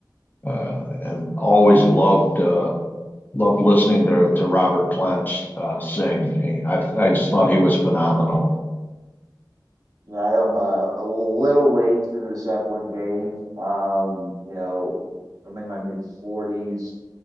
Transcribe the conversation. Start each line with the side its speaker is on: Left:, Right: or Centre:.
Left: uh, and always loved uh, loved listening to to Robert Plant uh, sing. I I just thought he was phenomenal.
Right: Yeah, I am uh, a little late to the Zeppelin game. Um, you know, I'm in my mid 40s.